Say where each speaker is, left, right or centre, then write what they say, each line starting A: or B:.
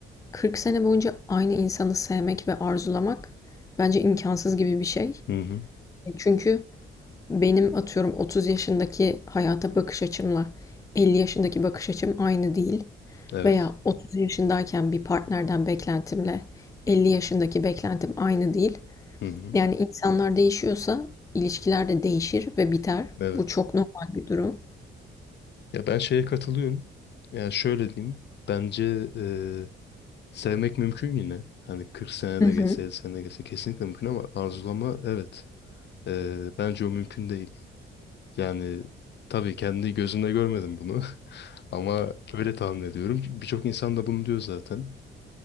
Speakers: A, on the left; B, on the left.
A: 40 sene boyunca aynı insanı sevmek ve arzulamak bence imkansız gibi bir şey.
B: Hı hı.
A: E, Çünkü benim atıyorum 30 yaşındaki hayata bakış açımla 50 yaşındaki bakış açım aynı değil.
B: Evet.
A: Veya 30 yaşındayken bir partnerden beklentimle 50 yaşındaki beklentim aynı değil.
B: Hı hı.
A: Yani insanlar değişiyorsa ilişkiler de değişir ve biter.
B: Evet.
A: Bu çok normal bir durum.
B: Ya ben şeye katılıyorum. Yani şöyle diyeyim. Bence e, sevmek mümkün yine. Hani 40 sene
A: Hı
B: de
A: hı.
B: geçse, 50 sene de geçse kesinlikle mümkün ama arzulama evet. E, bence o mümkün değil. Yani tabii kendi gözümle görmedim bunu. <laughs> Ama öyle tahmin ediyorum. Birçok insan da bunu diyor zaten.